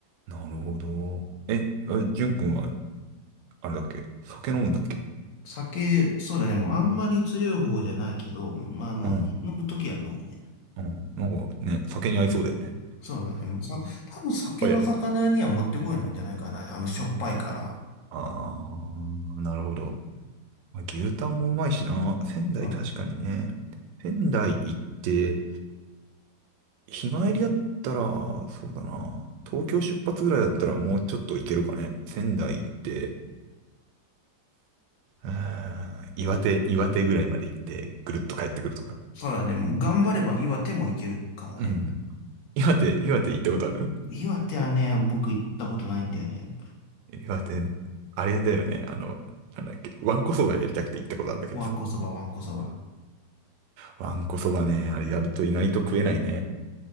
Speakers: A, on the right (about 80°); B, on the left (about 55°).
A: なるほど。え、あじゅんくんは、あれだっけ酒飲むんだっけ
B: 酒、そうだね、もうあんまり強い方じゃないけど、まあ、あの、
A: うん。
B: 飲むときは飲むね。
A: うん。なんかね、酒に合いそうだよね。
B: そうだね、もうさ、多分酒の魚にはもってこいなんじゃないかな。
A: そうやね。
B: あの、しょっぱいから。
A: ああ、なるほど。まあ、牛タンもうまいしな。仙台確かにね。
B: うん。
A: 仙台行って、日帰りだったら、そうだな。東京出発ぐらいだったらもうちょっと行けるかね。仙台行って、うーん、岩手、岩手ぐらいまで行って、ぐるっと帰ってくるとか。
B: そうだね、もう頑張れば岩手もいけるかもね。
A: うん。岩手、岩手行ったことある
B: 岩手はね、僕行ったことないんだよね。
A: 岩手、あれだよね。あの、なんだっけ、わんこそばやりたくて行ったことあるんだけどさ。
B: わんこそば、わんこそば。
A: わんこそばね、あれやると意外と食えないね。